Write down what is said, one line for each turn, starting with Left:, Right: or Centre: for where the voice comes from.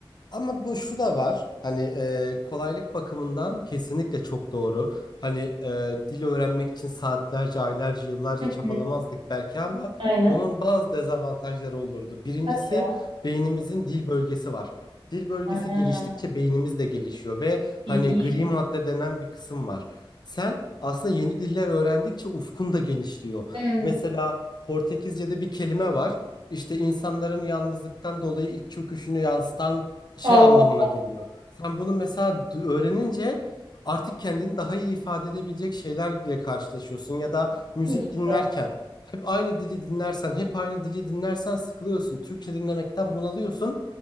Left: Ama bu şu da var. Hani e, kolaylık bakımından kesinlikle çok doğru. Hani e, dil öğrenmek için saatlerce, aylarca, yıllarca
Right: Hı
Left: çabalamazdık
Right: hı,
Left: belki ama
Right: Aynen.
Left: bunun bazı dezavantajları olurdu. Birincisi
Right: Hadi ya.
Left: beynimizin dil bölgesi var. Dil bölgesi
Right: Aa.
Left: geliştikçe beynimiz de gelişiyor ve hani
Right: iyi.
Left: gri madde denen bir kısım var. Sen aslında yeni diller öğrendikçe ufkun da genişliyor.
Right: Hmm.
Left: Mesela Portekizce'de bir kelime var. İşte insanların yalnızlıktan dolayı iç çöküşünü yansıtan şey
Right: Allah
Left: anlamına geliyor. Sen bunu mesela du- öğrenince artık kendini daha iyi ifade edebilecek şeylerle karşılaşıyorsun ya da müzik
Right: doğru.
Left: dinlerken hep aynı dili dinlersen, hep aynı dili dinlersen sıkılıyorsun. Türkçe dinlemekten bunalıyorsun.